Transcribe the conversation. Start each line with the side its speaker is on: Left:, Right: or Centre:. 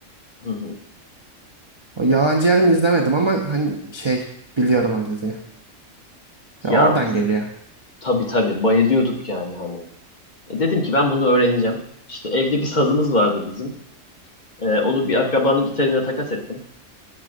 Left: Hı hı.
Right: O Yalancı Yarım izlemedim ama hani şey biliyorum o diziyi. E,
Left: Ya
Right: oradan
Left: biz
Right: geliyor.
Left: tabii tabii bayılıyorduk yani hani. E dedim ki ben bunu öğreneceğim. İşte evde bir sazımız vardı bizim. E, onu bir akrabanın gitarıyla takas ettim.